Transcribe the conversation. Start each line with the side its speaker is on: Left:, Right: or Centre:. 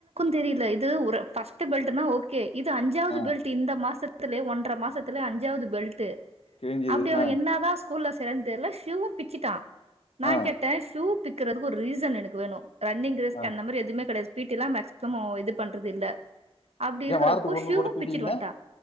Right: தெரில இது ஒரு பஸ்ட்டு பெல்டுனா ஓகே இது அஞ்சாவது
Left: ஆ.
Right: பெல்ட்டு இந்த மாசத் ல்லு ஒன்ற மாசத்துல அஞ்சாவது பெல்ட்டு
Left: கிழிஞ்சது.
Right: அப்டி அவ
Left: ஆ,
Right: என்ன தா ஸ்கூல்ல சேந்தேல ஷூவு பிச்சிட்டா நா
Left: ஆ.
Right: கேட்டே ஷூ பிக்கறதுக்கு ஒரு ரீசன் எனக்கு வேணு ரன்னிங் ரேஸ்
Left: ஆ.
Right: அந்த மாரி எதுமே கெடயாது பீ்ட்டீலா மேக்சிமம் இது பண்றது இல்ல அப்டி இருக்கறப்போ
Left: ஏன் வாரத்துக்கு
Right: ஷிவு
Left: கூட தூக்கிட்டீங்களா?
Right: பிச்சுடு வன்ட்டா